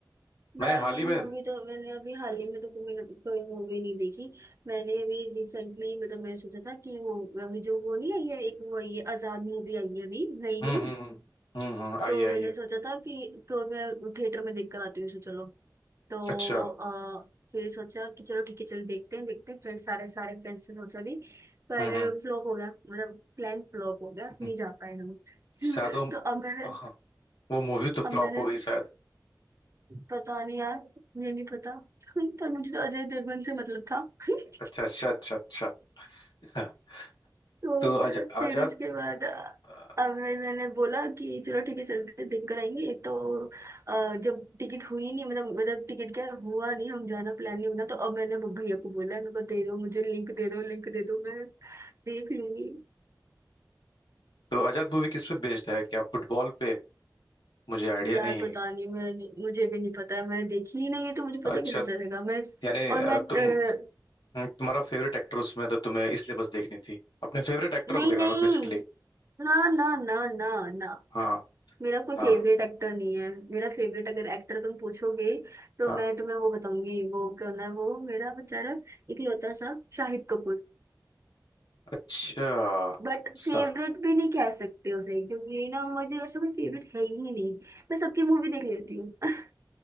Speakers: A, on the right; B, on the left.
A: मैं
B: मैंने हाल
A: नई
B: ही में
A: मूवी
B: हम्म
A: तो मैंने अभी हाल ही में तो कोई कोई मूवी नहीं देखी मैंने अभी रिसेंटली मतलब मैंने सोचा था कि वो अभी जो वो नहीं आई है एक वो आई है आजाद मूवी आई है अभी नई
B: हम्म
A: नई
B: हम्म हम्म हम्म, आई
A: तो
B: है, आई
A: मैंने
B: है
A: सोचा था कि तो मैं थिएटर में देख कर आती हूँ सो चलो तो
B: अच्छा हम्म
A: आ, फिर सोचा कि चलो ठीक है चलो देखते हैं देखते हैं फ्रेंड्स सारे सारे फ्रेंड्स से सोचा भी पर
B: हम्म हम्म।
A: फ्लॉप हो गया मतलब प्लान फ्लॉप हो गया
B: हम्म।
A: नहीं जा पाए हम <laughs>
B: शायद वो
A: तो अब मैंने
B: हाँ, वो मूवी तो फ्लॉप
A: अब मैंने
B: हो गई शायद
A: पता नहीं यार मुझे नहीं पता <laughs> पर मुझे तो अजय देवगन से मतलब था <laughs>
B: अच्छा अच्छा अच्छा अच्छा हाँ।
A: तो
B: तो आजा,
A: फिर
B: आजाद
A: उसके बाद अ,
B: अ,
A: अब मैं- मैंने बोला कि चलो ठीक है चलते देख कर आएंगे तो अ, जब टिकट हुई नहीं मतलब मतलब टिकट क्या हुआ नहीं हम जाना प्लान नहीं बना तो अब मैंने ब- भैया को बोला है मेरे को दे दो मुझे लिंक दे दो लिंक दे दो मैं देख लूंगी
B: तो आजाद मूवी किस पे बेस्ड है क्या फुटबॉल पे मुझे आइडिया
A: यार
B: नहीं
A: पता नहीं मैं मुझे भी नहीं पता है मैंने देखी ही नहीं है तो मुझे पता
B: अच्छा
A: कैसे चलेगा मैं
B: यानी अ,
A: और मैं
B: तुम
A: अ,
B: तुम्हारा फेवरेट एक्टर उसमें था तुम्हें इसलिए बस देखनी थी अपने फेवरेट एक्टर
A: नहीं
B: को देखना
A: नहीं
B: था बेसिकली
A: ना ना ना ना ना
B: हाँ
A: मेरा कोई
B: हाँ
A: फेवरेट एक्टर नहीं है मेरा फेवरेट अगर एक्टर तुम पूछोगे तो
B: हाँ
A: मैं तुम्हें वो बताऊंगी वो कौन है वो मेरा बेचारा इकलौता सा शाहिद कपूर
B: अच्छा
A: बट फेवरेट
B: सा
A: भी नहीं कह सकते उसे क्योंकि ना मुझे ऐसा कोई फेवरेट है ही नहीं मैं सबकी मूवी देख लेती हूँ <laughs>